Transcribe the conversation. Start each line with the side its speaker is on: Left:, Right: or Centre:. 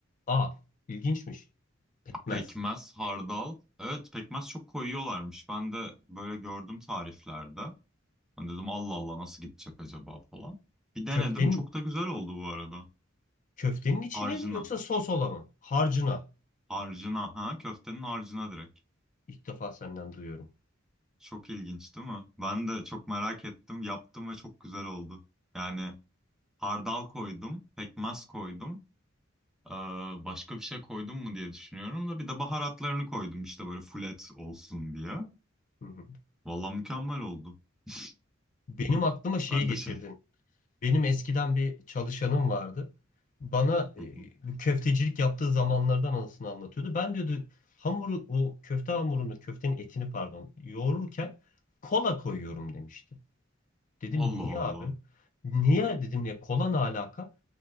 Left: Aa, ilginçmiş. Pekmez.
Centre: Pekmez, hardal. Evet pekmez çok koyuyorlarmış. Ben de böyle gördüm tariflerde. Ben dedim Allah Allah nasıl gidecek acaba falan. Bir denedim
Left: Köftenin
Centre: çok da güzel oldu bu arada.
Left: köftenin içine
Centre: Harcına.
Left: mi yoksa sos olan mı? Harcına.
Centre: Harcına ha köftenin harcına
Left: İlk
Centre: direkt.
Left: ilk defa senden duyuyorum.
Centre: Çok ilginç değil mi? Ben de çok merak ettim. Yaptım ve çok güzel oldu. Yani hardal koydum, pekmez koydum. Ee, başka bir şey koydum mu diye düşünüyorum da bir de baharatlarını koydum işte böyle fulet olsun diye.
Left: Hı hı.
Centre: Vallahi mükemmel oldu. <laughs>
Left: Benim aklıma şeyi
Centre: Ben
Left: getirdin.
Centre: de şey.
Left: Benim eskiden bir çalışanım vardı. Bana e,
Centre: <laughs>
Left: köftecilik yaptığı zamanlardan anısını anlatıyordu. Ben diyordu hamuru o köfte hamurunu köftenin etini pardon yoğururken kola koyuyorum demişti. Dedim
Centre: Allah
Left: niye abi? Niye dedim ya kola ne alaka?